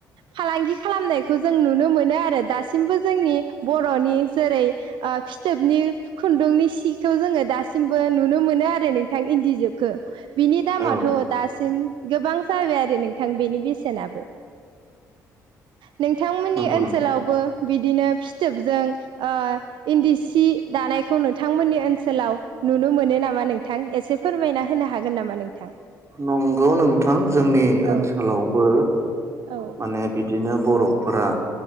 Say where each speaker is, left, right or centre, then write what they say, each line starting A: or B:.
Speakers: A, on the right; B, on the right.
A: फालांगि खालामनायखौ जों नुनो मोनो आरो दासिमबो जोंनि बर'नि जेरै ओ फिथोबनि खुन्दुंनि सिखौ जोङो दासिमबो नुनो मोनो आरो नोंथां इन्दिजोब खौ बिनि दामाथ'
B: औ
A: दासिम गोबां जाबाय आरो नोंथां बेनि बेसेनाबो। नोंथांमोननि
B: नंगौ
A: ओनसोलावबो
B: नोंथां
A: बि दिनो फिथोबजों ओ इन्दि सि दानायखौ नोंथांमोननि ओनसोलाव नुनो मोनो नामा नोंथां? एसे फोरमायना होनो हागोन नामा नोंथां?
B: नंगौ नोंथां जोंनि
A: औ
B: ओनसोलावबो
A: औ
B: माने बिदिनो बर'फोरा